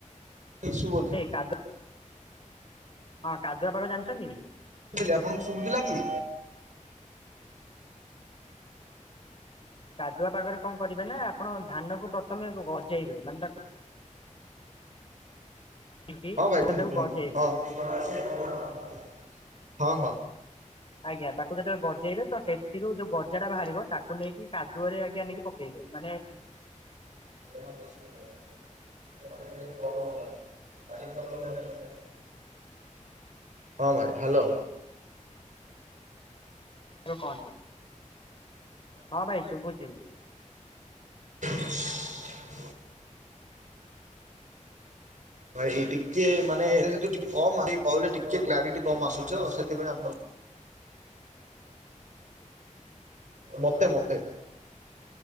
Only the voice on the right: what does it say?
ଇସୁ ବୋଧେ?
ଥିଲି ଆପଣଙ୍କୁ ଶୁବୁଥିଲା କି?
ହଁ ଭାଇ କୁହନ୍ତୁ
କୁହନ୍ତୁ
ହଁ ହଁ ହଁ।
<inaudible> <unintelligible> ହଁ ଭାଇ ହାଲୋ
<unintelligible> ଭାଇ ଟିକେ ମାନେ ଯେହେତୁ ଟିକେ କମ <inaudible> କହିଲେ ଟିକେ କ୍ଲାରିଟି କମ ଆସୁଚି ତ ସେଥିପାଇଁ ଆ ମତେ ମତେ।